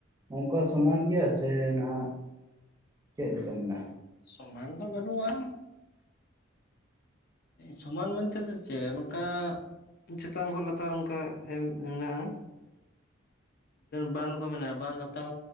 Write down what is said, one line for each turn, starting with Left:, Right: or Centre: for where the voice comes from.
Right: ᱚᱱᱠᱟ ᱥᱚᱢᱟᱱ ᱜᱮᱭᱟ ᱥᱮ ᱱᱟᱦᱟᱜ ᱪᱮᱫ ᱞᱮᱠᱟ ᱢᱮᱱᱟᱜᱼᱟ?
Left: ᱥᱚᱢᱟᱱ ᱫᱚ ᱵᱟᱹᱱᱩᱜᱼᱟ ᱾
Right: <inaudible>
Left: ᱥᱚᱢᱟᱱ ᱢᱮᱱᱛᱮ ᱫᱚ ᱪᱮᱫ ᱱᱚᱝᱠᱟ ᱪᱮᱛᱟᱱ ᱠᱷᱚᱡ ᱞᱟᱛᱟᱨ ᱚᱱᱠᱟ ᱮᱢ ᱢᱮᱱᱟᱜᱼᱟ ᱾ ᱵᱟᱸᱫᱽ ᱠᱚᱨ ᱨᱚᱠᱚᱢ ᱢᱮᱱᱟᱜᱼᱟ, ᱵᱟᱸᱫᱽ ᱞᱟᱛᱟᱨ